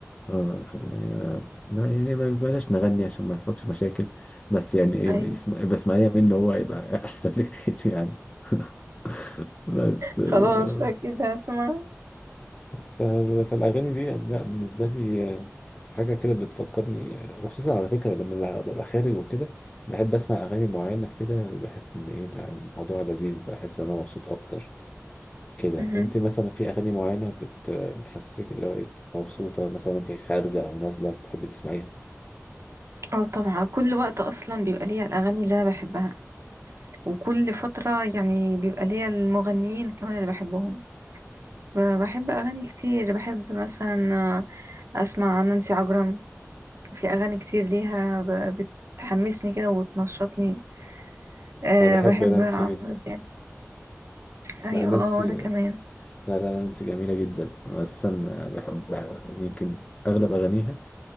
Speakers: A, on the left; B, on the right.
A: اه في ال- لا يعني بلاش نغني عشان ما يحصلش مشاكل بس يعني ايه
B: ايوه
A: بسم- بسمعيها منه هو يبقى احسن بكتير يعني <laughs> بس آه.
B: خلاص اكيد هسمع
A: ف- فالأغاني دي لا بالنسبة لي آه، حاجة كده بتفكرني آه، وخصوصا على فكرة لما ببقى خارج وكده بحب أسمع أغاني معينة كده بحس إن إيه لا، الموضوع لذيذ بحس إن أنا مبسوط أكتر كده
B: مهم.
A: أنت مثلا في أغاني معينة بت... بتحسسك اللي هو إيه مبسوطة مثلا أنت خارجة أو نازلة بتحبي تسمعيها
B: اه طبعا كل وقت اصلا بيبقى ليا الاغاني اللي انا بحبها وكل فتره يعني بيبقى ليا المغنيين كمان اللي بحبهم ب- بحب اغاني كتير بحب مثلا آه، اسمع نانسي عجرم في اغاني كتير ليها ب- بتحمسني كده وتنشطني أه
A: أنا بحب
B: بحب
A: نانسي
B: عمرو
A: جدا
B: دياب ايوه
A: لا نانسي
B: اه وانا كمان
A: لا لا نانسي جميلة جدا أنا أساسا بحب يمكن أغلب أغانيها